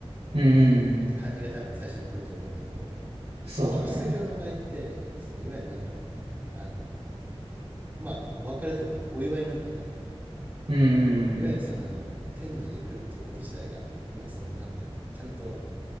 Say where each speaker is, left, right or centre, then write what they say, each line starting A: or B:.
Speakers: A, on the right; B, on the right.
A: うんうんうん。
B: 感じが多分最初に来ると思うんだけど、
A: そうだね。
B: キリスト教の場合って、そのいわゆるなんだろう、あの、まあ、お別れとかもお祝いなんだよね。
A: うんうんうんうん。
B: いわゆるそのなんだろう、天に行くっていうこと自体が、要はそのなんだろう、ちゃんと、